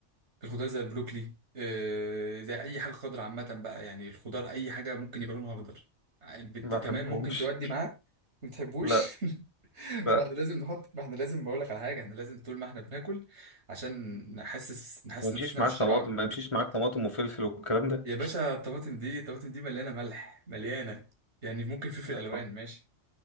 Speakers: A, on the right; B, on the left.
A: الخضار زي البروكلي آه، زي اي حاجه خضراء عامه بقى يعني الخضار اي حاجه ممكن يبقى لونها اخضر بت...
B: ما
A: تمام
B: بحبهمش
A: ممكن تودي معاه ما بتحبوش
B: لا
A: <laughs>
B: لا
A: ما احنا لازم نحط ما احنا لازم بقول لك على حاجه احنا لازم طول ما احنا بناكل عشان نحسس نحس
B: ما يمشيش
A: نفسنا
B: معاك
A: بالشبع
B: طماطم ما يمشيش معاك طماطم وفلفل والكلام ده
A: يا باشا الطماطم دي الطماطم دي مليانه ملح مليانه يعني ممكن فلفل
B: آه.
A: الوان ماشي